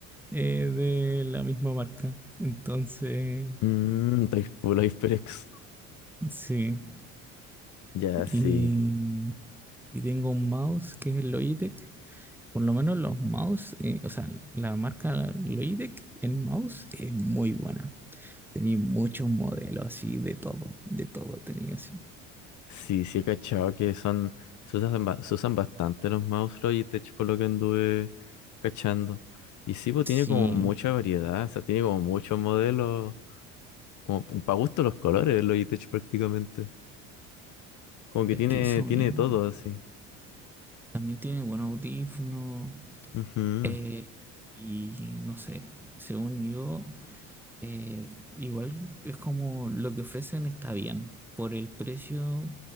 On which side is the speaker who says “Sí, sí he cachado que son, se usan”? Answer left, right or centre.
Left